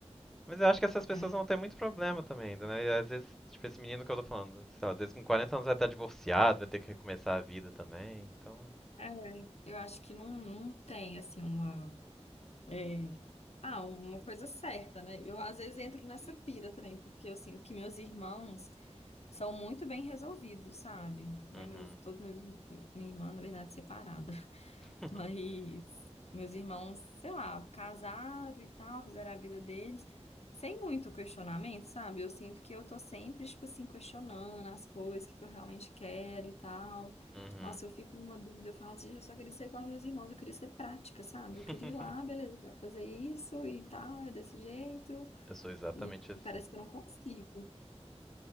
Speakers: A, in the centre; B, on the left.
A: Mas eu acho que essas pessoas
B: é.
A: vão ter muito problema também ainda, né? E às vezes, tipo, esse menino que eu tô falando, sei lá, às vezes com 40 anos vai estar divorciado, vai ter que recomeçar a vida também, então.
B: é. Eu acho que não, não tem, assim, uma. é, Ah, uma coisa certa, né? Eu às vezes entro nessa pira também, porque eu sinto que meus irmãos são muito bem resolvidos, sabe? Né?
A: Uhum.
B: Meus, todos meus irmãos, minha irmã, na verdade, separada.
A: <laughs>
B: Mas meus irmãos, sei lá, casaram e tal, fizeram a vida deles, sem muito questionamento, sabe? Eu sinto que eu tô sempre, tipo assim, questionando as coisas, o que eu realmente quero e tal.
A: Uhum.
B: Nossa, eu fico numa dúvida, eu falo assim, eu só queria ser igual aos meus irmãos, eu queria ser prática, sabe?
A: <laughs>
B: Eu queria ir lá, beleza, eu quero fazer isso e tal, é desse jeito.
A: Eu sou exatamente
B: E
A: assim.
B: parece que eu não consigo,